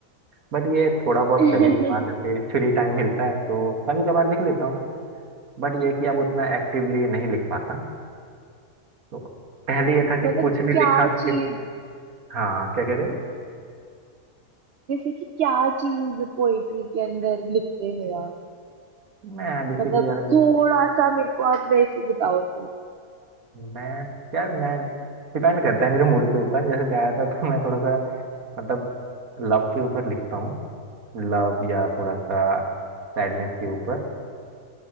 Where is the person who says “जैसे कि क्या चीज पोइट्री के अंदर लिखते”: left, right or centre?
Right